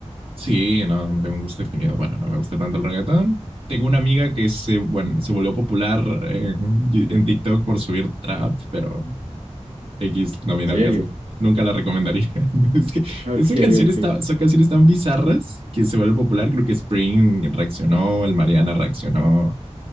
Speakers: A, on the right; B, on the right.
A: Sí, no, no tengo un gusto definido. Bueno, no me gusta tanto el reggaetón. Tengo una amiga que se, bueno, se volvió popular en, en TikTok por subir trap, pero X no
B: ¿En
A: viene
B: serio?
A: al caso. Nunca la recomendaría. <laughs> Es que
B: Ok,
A: esa canción
B: ok.
A: está, son canciones tan bizarras que se vuelve popular. Creo que Spring reaccionó, el Mariana reaccionó.